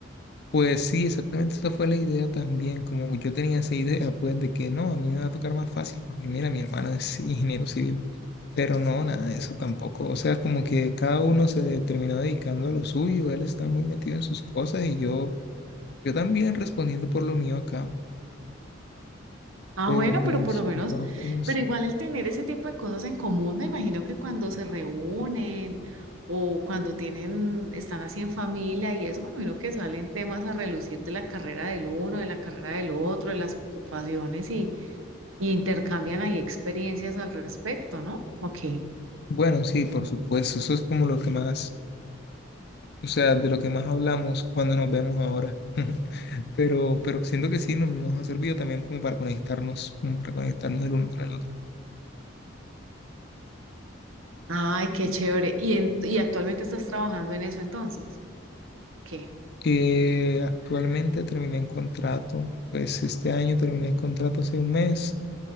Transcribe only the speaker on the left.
Pues sí, exactamente esa fue la idea también, como yo tenía esa idea, pues de que no, a mí me va a tocar más fácil porque mira, mi hermano es ingeniero civil, pero no, nada de eso tampoco, o sea, como que cada uno se de- terminó dedicando a lo suyo, él está muy metido en sus cosas y yo, yo también respondiendo por lo mío acá,
pero
pues
de todas formas,
bueno, sí, por supuesto, eso es como lo que más, o sea, de lo que más hablamos cuando nos vemos ahora. <laughs> Pero, pero siento que sí, nos, nos ha servido también como para conectarnos, como para conectarnos el uno con el otro.
Eh, actualmente terminé en contrato, pues este año terminé el contrato hace un mes